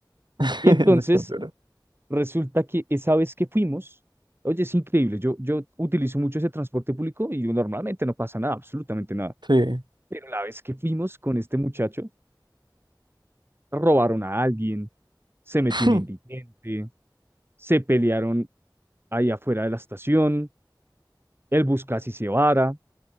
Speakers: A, on the right; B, on the right.
A: <laughs>
B: Y entonces
A: No es tanto,
B: resulta que esa vez que fuimos, oye, es increíble, yo, yo utilizo mucho ese transporte público y normalmente no pasa nada, absolutamente nada.
A: Sí.
B: Pero la vez que fuimos con este muchacho, robaron a alguien, se metió
A: <laughs>
B: un indigente, se pelearon ahí afuera de la estación. el Buscasi se vara,